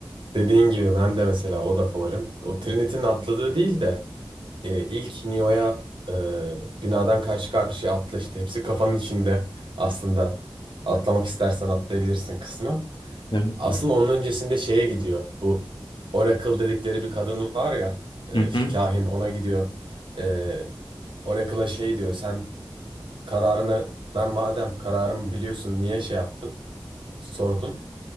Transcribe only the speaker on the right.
Dediğin gibi ben de mesela o da favorim. O Trinity'nin atladığı değil de e, ilk Neo'ya e, binadan karşı karşıya atla işte. Hepsi kafanın içinde aslında. Atlamak istersen atlayabilirsin kısmı.
Aslında onun öncesinde şeye gidiyor. Bu Oracle dedikleri bir kadın var ya e,
işte
kahin ona gidiyor. E, Oracle'a şey diyor sen Kararını ben madem kararımı biliyorsun niye şey yaptın? Sordum.